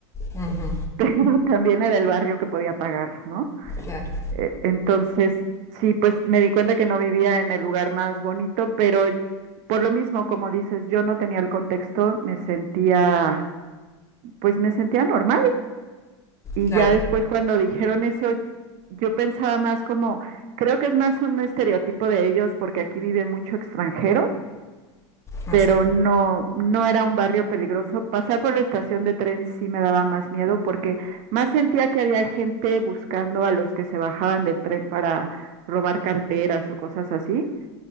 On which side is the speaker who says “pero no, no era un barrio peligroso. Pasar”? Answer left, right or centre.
Right